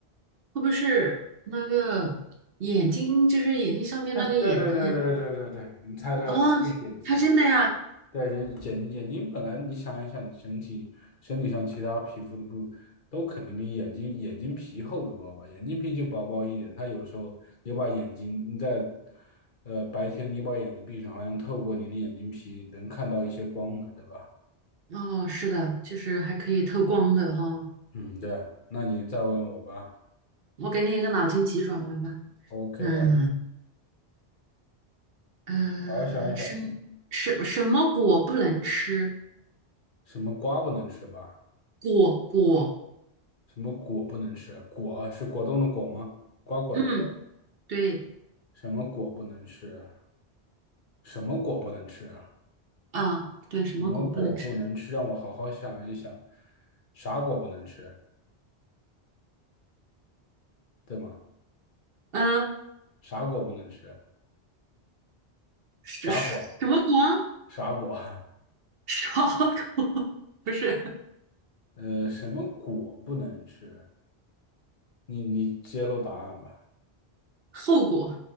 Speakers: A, on the right; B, on the left.
A: 会不会是那个眼睛，就是眼睛上面那个眼袋
B: <laughs> 哎，对对对对对对对，你猜对了，
A: 啊？
B: 就是眼睛。
A: 它真的呀？
B: 对，人眼眼睛本来你想一想，身体身体上其他皮肤的部都肯定比眼睛眼睛皮厚得多吧？眼睛皮就薄薄一点，它有时候也把眼睛你在呃白天你把眼睛闭上，好像透过你的眼睛皮能看到一些光呢，对吧？
A: 哦，是的，就是还可以透光的哈。
B: 嗯，对啊，那你再问我吧。
A: 我给你一个脑筋急转弯吧。
B: OK
A: 嗯，
B: 啊，
A: 呃，
B: 好好想一想，
A: 什什什么果不能吃？
B: 什么瓜不能吃吧？
A: 果果，
B: 什么果不能吃？果是果冻的果吗？瓜果的果。
A: 嗯，对
B: 什么果不能吃？什么果不能吃啊？
A: 啊，对，什么果不能吃？
B: 什么果不能吃？让我好好想一想，啥果不能吃？对吗？
A: 嗯，
B: 啥果不能吃？
A: 什什么果？
B: 啥果？啥果？<laughs>
A: 啥果？<laughs> 不是
B: 呃，什么果不能吃？你你揭露答案吧。
A: 后果